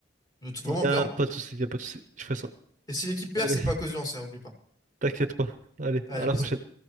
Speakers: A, on the left; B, on the right.
A: vraiment
B: Il y
A: bien.
B: a pas de souci, il y a pas de souci. Je ferai ça.
A: Et si l'équipe perd,
B: Allez,
A: c'est pas à cause du lancer, oublie pas.
B: t'inquiète pas. Allez,
A: Allez,
B: à la
A: bisous.
B: prochaine.